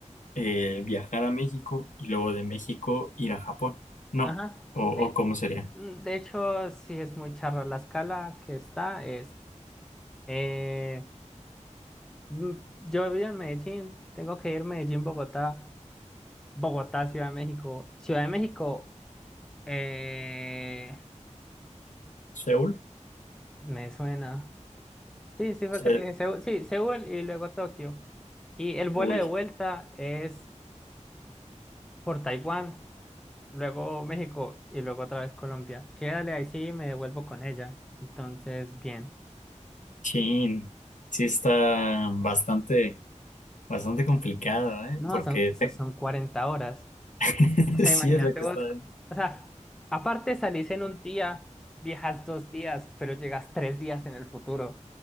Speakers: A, on the left; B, in the centre.
A: eh, viajar a México y luego de México ir a Japón. No,
B: Ajá.
A: o,
B: De,
A: o ¿cómo sería?
B: mm, de hecho, sí es muy charra. La escala que está es, eh, mm, yo vivo en Medellín, tengo que ir Medellín, Bogotá, Bogotá, Ciudad de México. Ciudad de México. Eh,
A: ¿Seúl?
B: me suena. Sí, sí, fue
A: Se-
B: que te dije Seúl. Sí, Seúl y luego Tokio. Y el vuelo
A: Uy,
B: de vuelta es por Taiwán, luego México y luego otra vez Colombia. Quédale ahí sí y me devuelvo con ella. Entonces, bien.
A: chin. Sí está bastante, bastante complicado, ¿eh?
B: No,
A: Porque
B: son, son
A: te-
B: son 40 horas.
A: <laughs>
B: O sea,
A: sí
B: imagínate
A: es lo que
B: vos.
A: está... en-
B: O sea, aparte salís en un día, viajas dos días, pero llegas tres días en el futuro.